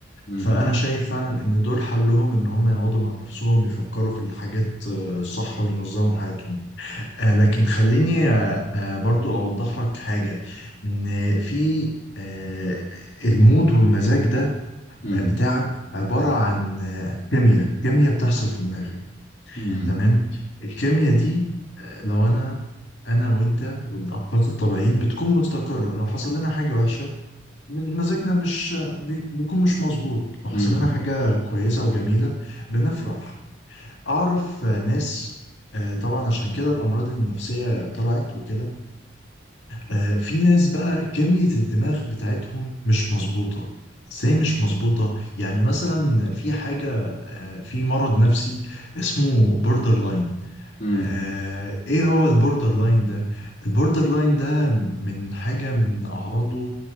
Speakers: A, on the left (about 40°); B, on the left (about 70°).
A: مم.
B: فأنا شايف فعلا إن دول حلهم إن هم يقعدوا مع نفسهم يفكروا في الحاجات آه، الصح وينظموا حياتهم آه، لكن خليني آه، آه، برضو أوضح لك حاجة إن في آه، المود والمزاج ده
A: مم.
B: آه، بتاعك عبارة عن آه، كيمياء كيمياء بتحصل في دماغك
A: مم.
B: تمام الكيمياء دي آه، لو أنا أنا وأنت والأشخاص الطبيعيين بتكون مستقرة لو حصل لنا حاجة وحشة من مزاجنا مش بي- بيكون مش مظبوط لو حصل
A: مم.
B: لنا حاجة كويسة وجميلة بنفرح أعرف آه، ناس آه، طبعا عشان كده الأمراض النفسية طلعت وكده آه، في ناس بقى كمية الدماغ بتاعتهم مش مظبوطة ازاي مش مظبوطة يعني مثلا في حاجة آه، في مرض نفسي اسمه بوردر لاين
A: مم.
B: آه، ايه هو البوردر لاين ده البوردر لاين ده من حاجة من اعراضه